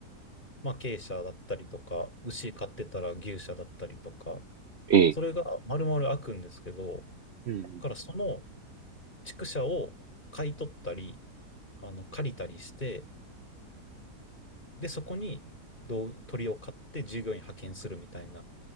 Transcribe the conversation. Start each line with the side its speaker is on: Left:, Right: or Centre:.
Left: まあ鶏舎だったりとか、牛飼ってたら牛舎だったりとか、
Right: え、
Left: それが丸々開くんですけど、だ
Right: うん、
Left: からその畜舎を買い取ったり、あの、借りたりして、で、そこにどう鳥を買って従業員派遣するみたいな